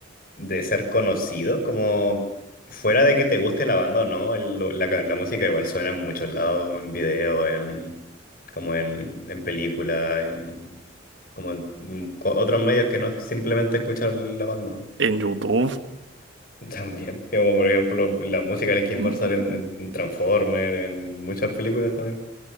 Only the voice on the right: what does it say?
En YouTube.
mm,